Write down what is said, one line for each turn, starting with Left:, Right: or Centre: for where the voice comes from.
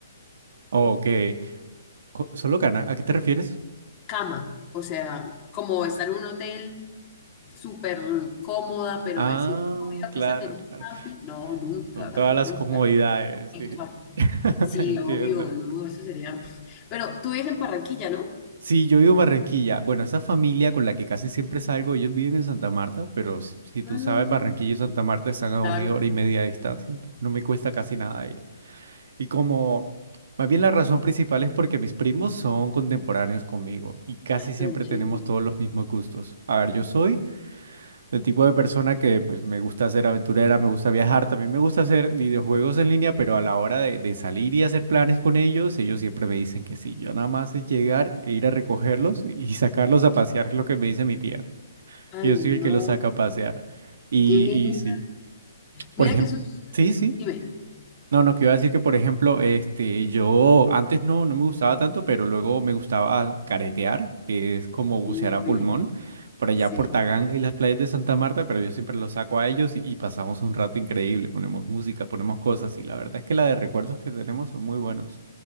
Right: Ok. Co- ¿Solo Cana? ¿A qué te refieres?
Left: cama. O sea, como estar en un hotel súper cómoda, pero
Right: Ah,
Left: decir, no, voy a acostarte
Right: claro,
Left: en un
Right: claro.
Left: camping. No, nunca,
Right: Con todas las
Left: nunca.
Right: comodidades, sí.
Left: Chao.
Right: <laughs>
Left: Sí,
Right: Entiendo.
Left: obvio, no, eso sería. Pero tú vives en Barranquilla, ¿no?
Right: Sí, yo vivo en Barranquilla. Bueno, esa familia con la que casi siempre salgo, ellos viven en Santa Marta, pero si, si tú
Left: Ah,
Right: sabes, Barranquilla y Santa Marta están a
Left: claro.
Right: una hora y media de distancia. entonces No me cuesta casi nada ir. Y como, más bien la razón principal es porque mis primos son contemporáneos conmigo y casi
Left: Ay,
Right: siempre
Left: tan chévere.
Right: tenemos todos los mismos gustos. A ver, yo soy el tipo de persona que pues me gusta ser aventurera, me gusta viajar, también me gusta hacer videojuegos en línea, pero a la hora de, de salir y hacer planes con ellos, ellos siempre me dicen que sí. Yo nada más es llegar e ir a recogerlos y sacarlos a pasear, es lo que me dice mi tía.
Left: Ay,
Right: Yo
Left: no,
Right: soy el que los saca a pasear. Y,
Left: qué genial.
Right: y sí,
Left: Mira
Right: por ejemplo,
Left: que eso es-
Right: sí, sí.
Left: Dime.
Right: No, no, que iba a decir que, por ejemplo, este, yo antes no, no me gustaba tanto, pero luego me gustaba caretear, que es como bucear
Left: Uy,
Right: a pulmón, por allá
Left: sí.
Right: por Taganga y las playas de Santa Marta, pero yo siempre los saco a ellos y, y pasamos un rato increíble, ponemos música, ponemos cosas y la verdad es que la de recuerdos que tenemos son muy buenos.